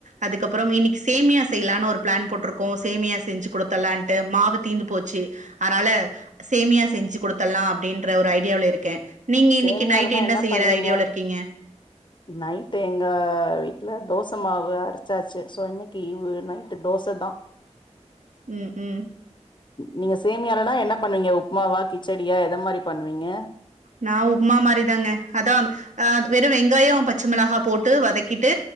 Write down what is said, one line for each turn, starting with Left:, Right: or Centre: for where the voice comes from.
Right: அதுக்கப்றோ இன்னைக்கி சேமியா செய்யலான்னு ஒரு பிளான் போட்ருக்கோ, சேமியா செஞ்சு குடுத்துலான்ட்டு மாவு தீந்து போச்சு அதனால சேமியா செஞ்சு குடுத்துடலா அப்டின்ற ஒரு ஐடியாவுல இருக்கே நீங்க
Left: சேமியாலனா
Right: இன்னைக்கி நைட் என்ன செய்யற
Left: பண்ணுவீங்க
Right: ஐடியாவுல இருக்கீங்க
Left: <inaudible> நைட்டு எங்க வீட்ல தோச மாவு அரைச்சாச்சு, சோ இன்னைக்கி ஈவு நைட்டு தோசதா <inaudible>
Right: ம், ம்
Left: நீங்க சேமியாலனா என்ன பண்ணுவீங்க உப்புமாவா? கிச்சடியா? எத மாரி பண்ணுவீங்க
Right: நா உப்புமா மாரிதாங்க அதா அ, வெறு வெங்காயோ பச்ச மொளகா போட்டு வதக்கிட்டு